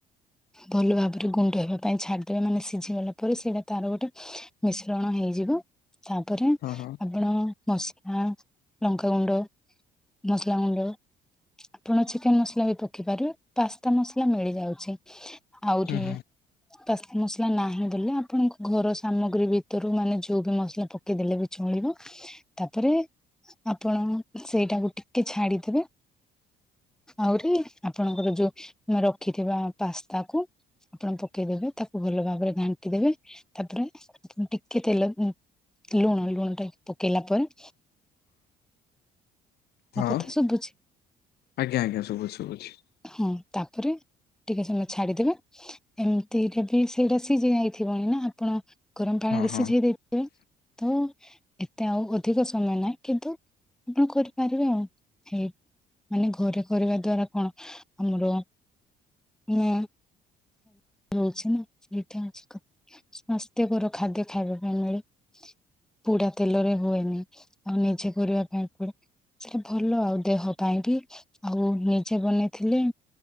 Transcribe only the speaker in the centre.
ଭଲ ଭାବରେ ଗୁଣ୍ଡ ହେବା ପାଇଁ ଛାଡିଦେବେ ମାନେ ସିଝିଗଲା ତା ପରେ ସେଟା ତାର ଗୋଟେ ମିଶ୍ରଣ ହୋଇଯିବ ତାପରେ
ଆପ ଆଣ, ମସଲା, ଲଙ୍କାଗୁଣ୍ଡ, ମସଲା ଗୁଣ୍ଡ ଆପଣ ଚିକେନ ମସଲା ବି ପକେଇ ପାରିବେ ପାସ୍ତା ମସଲା ମିଳିଯାଉଛି। ଆହୁରି
ପାସ୍ତା ମସଲା ନାହିଁ। ବଲେ ଆପଣଙ୍କ ଘର ସାମଗ୍ରୀ ଭିତରୁ ମାନେ ଯୋଉ ବି ମସଲା ପକେଇଦେଲେ ବି ଚଳିବ। ତାପରେ ଆପଣ ସେଇଟାକୁ ଟିକେ ଛାଡିଥିବେ। ଆଉରି ଆପଣଙ୍କର ଯଉ ରଖିଥିବା ପାସ୍ତା କୁ ଆପଣ ପକେଇଦେବେ ତାକୁ ଭଲ ଭାବରେ ଘାଣ୍ଟି ଦେବେ ତାପରେ ଟିକେ ତେଲ ଦ ଲୁଣ ଲୁଣ ଟେ ପକେଇଲା ପରେ ମୋ
କଥା ଶୁଭୁଛି
ହଁ ତାପରେ ଟିକେ ସମୟ ଛାଡିଦେବେ ଏମିତିରେ ବି ସେଇଟା ସିଜିଯାଇ ଥିବଣି ନା ଆପଣ ଗରମ ପାଣି
ରେ
ସିଝେଇ ଦେଇ ତ ଏତେ ଆଉ ଅଧିକ ସମୟ ନାହିଁ କିନ୍ତୁ ଆପଣ କରିପାରିବେ ଆଉ ହେଇ ମାନେ ଘରେ କରିବା ଦ୍ଵାରା କଣ ଆମର ମୁଁ ରହୁଛି ନା ସେଇଠି ଅଛି କ ସ୍ୱାସ୍ଥ୍ୟକର ଖାଦ୍ୟ ଖାଇବା ପାଇଁ ମିଳେ। ପୋଡା ତେଲରେ ହୁଏନି ଆଉ ନିଜେ କରିବା ପାଇଁ ପଡେ। ସେ ଭଲ ଆଉ ଦେହ ପାଇଁ ବି ଆଉ ନିଜେ ବନେଇଥିଲି।